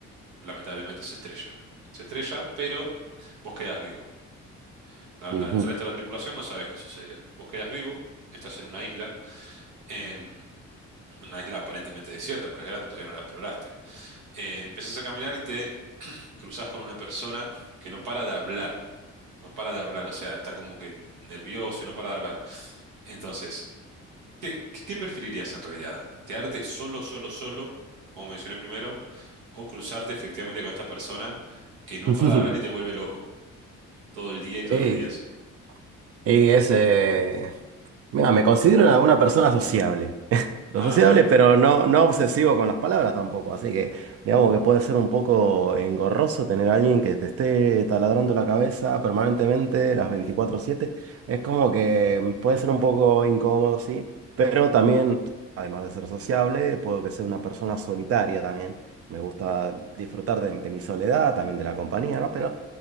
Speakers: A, on the right; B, on the right.
A: lamentablemente se estrella. Se estrella, pero vos quedás vivo. La-
B: ujú.
A: la- el resto de la tripulación no sabes qué sucedió. Vos quedás vivo, estás en una isla, eh, una isla aparentemente desierta, pero es grande, todavía no la exploraste. Eh, empezás a caminar y te cruzás con una persona que no para de hablar. No para de hablar, o sea, está como que nervioso y no para de hablar. Entonces ¿Qué, qué, qué preferirías en realidad? ¿Quedarte solo, solo, solo, como mencioné primero, o cruzarte efectivamente con esta persona que no
B: <laughs>
A: para de hablar y te vuelve loco todo el día y todos
B: Ey,
A: los días?
B: y ese. Mira, me considero una, una persona sociable. <laughs> Lo
A: Ah,
B: sociable,
A: bien,
B: pero no, no obsesivo con las palabras tampoco. Así que digamos que puede ser un poco engorroso tener a alguien que te esté taladrando la cabeza permanentemente las veinticuatro siete, Es como que mm, puede ser un poco incómodo, sí. Pero también, además de ser sociable, puedo que sea una persona solitaria también. Me gusta disfrutar de, de mi soledad, también de la compañía, ¿no? Pero